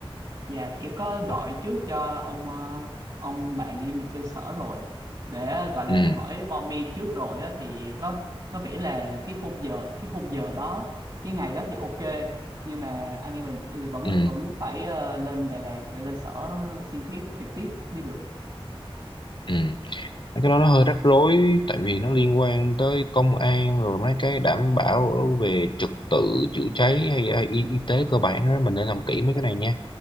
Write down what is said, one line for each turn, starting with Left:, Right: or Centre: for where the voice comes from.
Right: Dạ, em có gọi
Left: ok.
Right: trước cho ông ờ, ông bạn em ở trên sở rồi để gọi là
Left: ừ.
Right: hỏi mom em trước rồi á thì có có vẻ là cái khung giờ cái khung giờ đó cái ngày đó thì ok nhưng mà anh em mình vẫn
Left: Ừ.
Right: là vẫn phải ờ, lên Đà Lạt để lên sở xin phép trực tiếp mới được.
Left: Ừ. Mấy cái đó nó hơi rắc rối tại vì nó liên quan tới công an rồi mấy cái đảm bảo về trật tự chữa cháy hay, hay y, y tế cơ bản đó mình nên làm kỹ mấy cái này nha